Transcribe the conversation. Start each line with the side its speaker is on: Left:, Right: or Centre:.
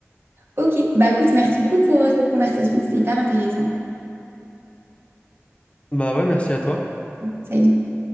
Right: Ok, bah écoute, merci beaucoup pour euh, cette conversation, c'était hyper intéressant.
Left: Bah ouais, merci à toi.
Right: Salut.